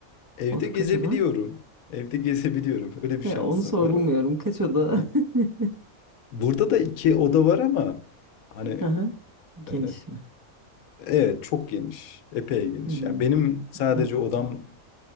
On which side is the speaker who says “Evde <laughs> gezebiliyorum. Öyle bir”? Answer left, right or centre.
Left